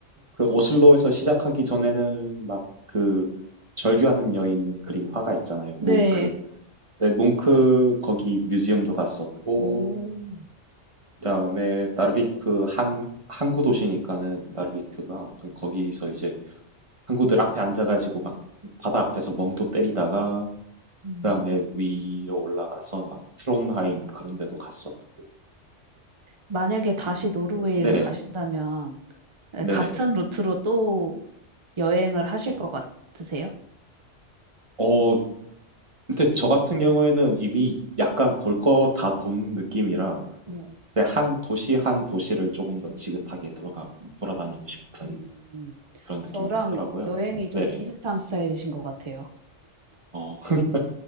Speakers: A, on the right (about 25°); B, on the right (about 45°).
A: 그 오슬로에서 시작하기 전에는 막 그 절규하는 여인 그린 화가 있잖아요.
B: 네.
A: 뭉크. 네, 뭉크 거기 뮤지엄도 갔었고,
B: 오.
A: 그다음에 나르비크 한 항구 도시니까는 나르비크가 그 거기서 이제 항구들 앞에 앉아가지고 막 바다 앞에서 멍도 때리다가
B: 음.
A: 그 다음에 위로 올라가서 막 트론하임 그런 데도 갔었고
B: 만약에 다시
A: 그리고
B: 노르웨이를
A: 네네
B: 가신다면, 네,
A: 네네
B: 같은 루트로 또 여행을 하실
A: 어
B: 것 같으세요?
A: 어, 근데 저 같은 경우에는 이미 약간 볼 거 다 본 느낌이라
B: 네.
A: 이제 한 도시 한 도시를 조금 더 지긋하게 돌아가 돌아다니고 싶은
B: 음,
A: 그런 느낌이
B: 저랑
A: 크더라고요.
B: 여행이 좀
A: 네네.
B: 비슷한 스타일이신 것 같아요.
A: 어, <laughs>